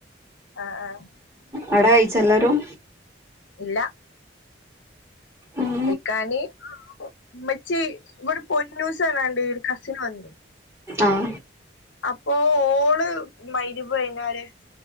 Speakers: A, on the left; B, on the right.
A: ആഹ് ആഹ്
B: ഉ അട കഴിച്ചല്ലാരും?
A: ഇല്ല
B: ഉം
A: കാൻ ഉമ്മച്ചി ഇവിടെ പൊന്നൂസ് റഞ്ഞാണ്ട് ഒരു കസിന് വന്നിനു
B: ആഹ
A: അപ്പോൊ ഓള് മഹരിപ്ഞ്ഞാല്